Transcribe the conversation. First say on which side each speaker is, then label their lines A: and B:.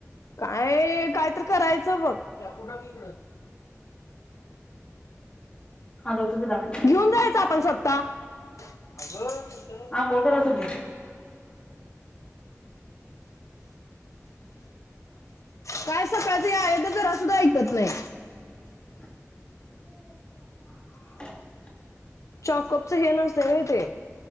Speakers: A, on the left; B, on the left.
A: काय काय तर करायचं बघ चाकू टाक हिकडं,
B: आलो होतो तिला मी
A: घेऊन जायचं आपण स्वतः, अगं तस का खाली
B: आंघोळ
A: पाडाल्यास
B: करा तुम्ही
A: काय सकाळच ही आयोध जरा सुद्धा ऐकत नाही.
B: <unintelligible>
A: चॉकअपच हे नसत व्हय ते